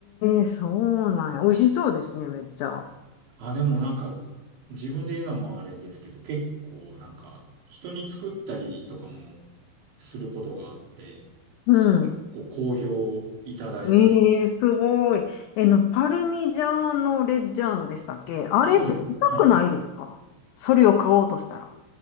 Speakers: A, on the left; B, on the right.
A: えそうなんや。美味しそうですね、めっちゃ。
B: あ、でもなんか、自分で言うのもあれですけど、結構なんか、人に作ったりとかもすることがあって、
A: うん。
B: こう、好評いただけるんですよね。
A: ええすごい。えの、パルミジャーノ・レッジャーノでしたっけあれって高くないですかそれを買おうとしたら。
B: あ、そうですね。はい。